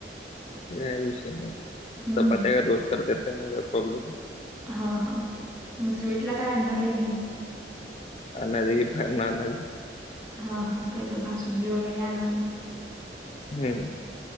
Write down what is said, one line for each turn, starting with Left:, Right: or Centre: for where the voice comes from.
Left: ते काय विषय नाही,
Right: हम्म
Left: चपात्या काय रोज करत्यात त्यामुळे काय प्रॉब्लेम नई.
Right: हा हा मग स्वीटला काय आणणार आहे की नाही?
Left: आणायचं की बाहेरनं आणायचं.
Right: हा हा काय तर बासुंदी वगैरे आणा मग.
Left: हम्म